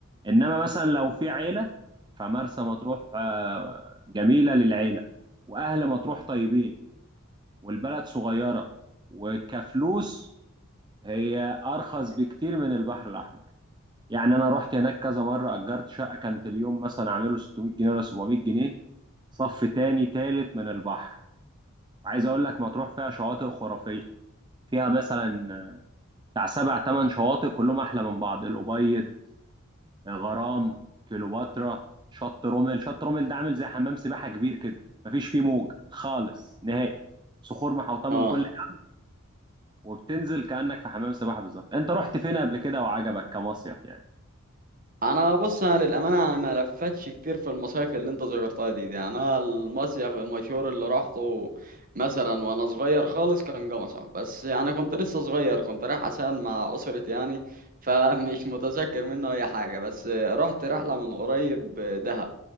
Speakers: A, on the right; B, on the right.
A: إنما مثلا لو في عيلة فمرسى مطروح آه، جميلة للعيلة وأهل مطروح طيبين والبلد صغيرة وكفلوس هي أرخص بكتير من البحر الأحمر يعني أنا رحت هناك كذا مرة أجرت شقة كانت اليوم مثلا عامله 600 جنيه ولا 700 جنيه صف تاني تالت من البحر عايز أقول لك مطروح فيها شواطئ خرافية فيها مثلا بتاع سبع تمن شواطئ كلهم أحلى من بعض الأبيض غرام كليوباترا شط رومل شط رومل ده عامل زي حمام سباحه كبير كده مفيش فيه موج خالص نهائي صخور محوطه من
B: اه
A: كل جهه وبتنزل كانك في حمام سباحه بالظبط انت رحت فين قبل كده وعجبك كمصيف يعني
B: انا بص انا للامانه انا ما لفتش كتير في المصايف اللي انت ذكرتها دي دي انا المصيف المشهور اللي رحته مثلا وانا صغير خالص كان جمصة بس يعني كنت لسه صغير كنت رايح عشان مع اسرتي يعني فمش متذكر منه اي حاجه بس رحت رحله من قريب دهب